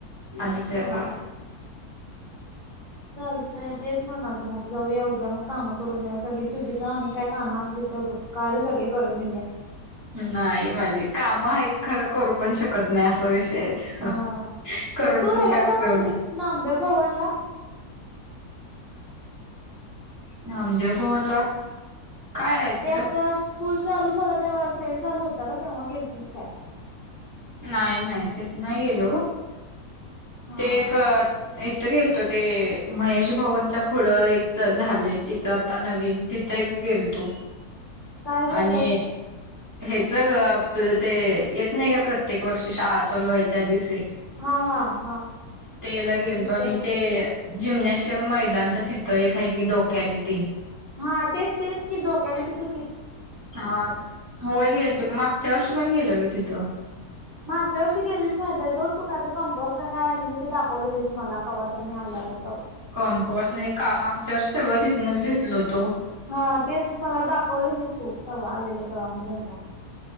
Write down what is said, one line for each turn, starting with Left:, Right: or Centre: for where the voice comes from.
Right: आधीच्या
Left: तवा.
Right: का?
Left: चालतंय तेच म्हणालतो मग जाऊया मग कामं करून येवूया सगळी तुझी पण काय कामं असली. तप काढ सगळी करून येवू या.
Right: नाही माझी काम आहेत खरं करू पण शकत नाही असा विष
Left: हा
Right: <unintelligible> करून
Left: तेच तू
Right: पण
Left: ह्याला
Right: काय
Left: जाऊन
Right: उपयोग
Left: आलीस
Right: नाही.
Left: नामदेव भवनला
Right: नामदेव भवनला. काय आहे
Left: ते
Right: तिथं
Left: आता स्कूल चालू झालं तेव्हा सेल चालू होता ग तेव्हा गेलतीस काय?
Right: नाही नाही तिथ नाही गेलो
Left: हा
Right: ते एक एक तिथं गेलतो ते महेश भवनच्या पुढं एक झालयं तिथं आता नवीन तिथं एक गेलतो
Left: काय झालंय
Right: आणि हेचं ग आपलं ते येत नाही का प्रत्येक वर्षी शाळा चालू व्हायच्या आधी सेल
Left: हा हा.
Right: तेअला गेलतो
Left: तिथं
Right: आणि ते. जिम्नॉशियम मैदानच्या तिथं एक आहे की डोक्यालिटी
Left: हा तेच तेच की डोक्यालिटीचचं
Right: हा होय गेलतो मागच्या वर्षी पण गेलेलो तिथं.
Left: मागच्या वर्षी गेलेलीस माहित आहे सोड तु त आता कंपॉस का काय आणली ते दाखवलेलीस मला कवा तर मी आल्यावर तवा
Right: कंपॉस नाही का मागच्या वर्षी सगळं तिथनच घेतलं होत.
Left: हा तेच मला दाखवलेलीस तु तवा आलेलो तवा मी घरला.